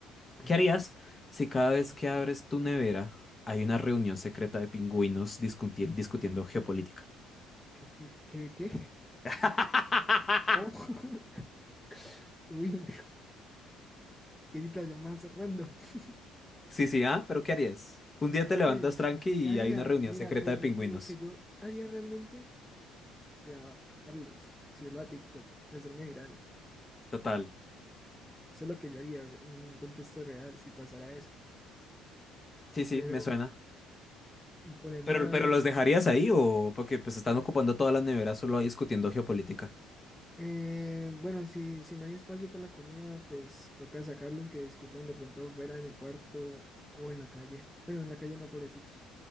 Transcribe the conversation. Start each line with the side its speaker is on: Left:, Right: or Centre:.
Centre: A ver,
Left: ¿Qué harías si cada vez que abres tu nevera hay una reunión secreta de pingüinos discuti- discutiendo geopolítica?
Centre: ¿qué, pu- qué, qué?
Left: <laughs>
Centre: ¿Cómo? <laughs> Uy, qué situación más random. <laughs>
Left: Sí, sí, ¿ah? ¿Pero qué harías? Un día
Centre: No,
Left: te levantas
Centre: pues,
Left: tranqui y
Centre: ¿qué haría?
Left: hay una reunión
Centre: Mira,
Left: secreta
Centre: pues
Left: de pingüinos.
Centre: lo, lo que yo haría realmente grabarlos, subirlo a TikTok y hacerme viral.
Left: Total.
Centre: Eso es lo que yo haría en un contexto real si pasara eso.
Left: Sí, sí,
Centre: Pero,
Left: me suena.
Centre: y ponerme
Left: Pero,
Centre: a
Left: pero
Centre: hablar.
Left: ¿los dejarías ahí o porque pues están ocupando todas las neveras solo ahí discutiendo geopolítica?
Centre: Eh, bueno, si, si no hay espacio para la comida, pues toca sacarlos que discutan de pronto fuera en el cuarto o en la calle. Bueno, en la calle no, pobrecitos.